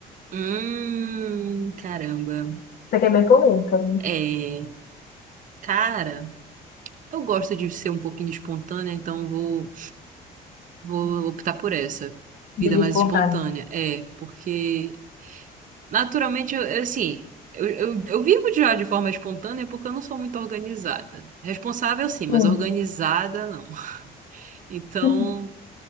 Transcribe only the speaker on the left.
Isso aqui é bem polêmica, viu?
Vida
espontânea.
Sim.
<laughs>